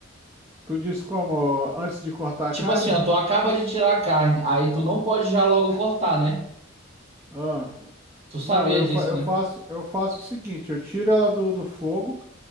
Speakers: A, on the right (about 15°); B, on the right (about 30°).
A: Tu disse como? Antes de cortar
B: Tipo
A: a carne?
B: assim, ó, tu acaba de tirar a carne, aí tu não pode já logo cortar, né?
A: Ah.
B: Tu sabia
A: Não, eu,
B: disso,
A: fa- eu
B: né?
A: faço, eu faço o seguinte, eu tiro ela do, do fogo,